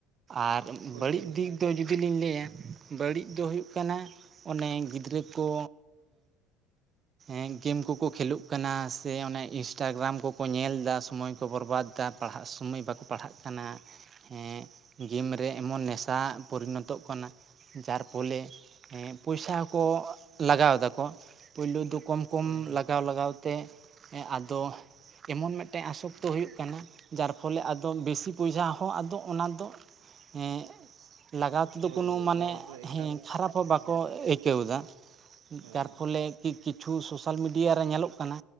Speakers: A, on the right; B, on the right.
A: ᱟᱨ
B: ᱦᱳᱭ
A: ᱵᱟᱹᱲᱤᱡ
B: ᱦᱳᱭ
A: ᱫᱤᱠ ᱫᱚ ᱡᱩᱫᱤ ᱞᱤᱧ ᱞᱟᱹᱭᱟ ᱵᱟᱹᱲᱤᱡ ᱫᱚ ᱦᱩᱭᱩᱜ ᱠᱟᱱᱟ ᱚᱱᱮ ᱜᱤᱫᱽᱨᱟᱹ ᱠᱚ ᱮᱸ ᱜᱮᱢ ᱠᱚᱠᱚ ᱠᱷᱹᱞᱳᱜ ᱠᱟᱱᱟ ᱥᱮ ᱤᱱᱥᱴᱟᱜᱨᱟᱢ ᱠᱚᱠᱚ ᱧᱮᱞᱮᱫᱟ ᱥᱚᱢᱚᱭ ᱠᱚ ᱵᱚᱨᱵᱟᱫ ᱮᱫᱟ ᱪᱮᱛᱟ ᱯᱟᱲᱦᱟᱜ ᱥᱳᱢᱟᱹᱭ ᱵᱟᱠᱚ ᱯᱟᱲᱦᱟᱜ ᱠᱟᱱᱟ ᱦᱮᱸ ᱜᱮᱢ ᱨᱮ ᱮᱢᱚᱱ ᱱᱮᱥᱟ ᱯᱚᱨᱤᱱᱚᱛᱚᱜ ᱠᱟᱱᱟ ᱡᱟᱨ ᱯᱷᱚᱞᱮ ᱦᱮᱸ ᱯᱚᱭᱥᱟ ᱦᱚᱠᱚ ᱞᱟᱜᱟᱣ ᱫᱟᱠᱚ ᱯᱩᱭᱞᱩ ᱫᱚ ᱠᱚᱢ ᱠᱚᱢ
B: ᱦᱳᱭ ᱦᱳᱭ
A: ᱞᱟᱜᱟᱣ ᱞᱟᱜᱟᱣ ᱛᱮ ᱟᱫᱚ ᱮᱢᱚᱱ ᱢᱤᱫᱴᱮᱱ ᱟᱥᱚᱠᱛᱚ ᱦᱩᱭᱩᱜ ᱠᱟᱱᱟ ᱡᱟᱨ ᱯᱷᱚᱞᱮ ᱟᱫᱚ ᱵᱮᱥᱤ ᱯᱚᱭᱥᱟ ᱦᱚᱸ ᱟᱫᱚ ᱚᱱᱟ ᱫᱚ ᱮ ᱞᱟᱜᱟᱣ ᱛᱮᱫᱚ
B: ᱦᱳᱭ
A: ᱠᱳᱱᱳ
B: ᱦᱳᱭ
A: ᱢᱟᱱᱮ
B: ᱱᱚᱣᱟ ᱫᱚ ᱮᱠᱟᱞ
A: ᱦᱮᱸ ᱠᱷᱟᱨᱟᱯ ᱦᱚᱸ ᱵᱟᱠᱚ
B: ᱦᱩᱸ
A: ᱟᱹᱭᱠᱟᱹᱣ ᱫᱟ
B: ᱦᱳᱭ
A: ᱛᱟᱨ ᱯᱷᱚᱞᱮ ᱠᱤ ᱠᱤ ᱠᱤᱪᱷᱩ ᱥᱳᱥᱟᱞ ᱢᱤᱰᱤᱭᱟ ᱨᱮ ᱧᱮᱞᱚᱜ ᱠᱟᱱᱟ